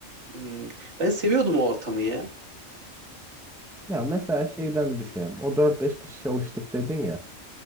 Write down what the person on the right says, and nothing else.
hmm, ben seviyordum o ortamı ya.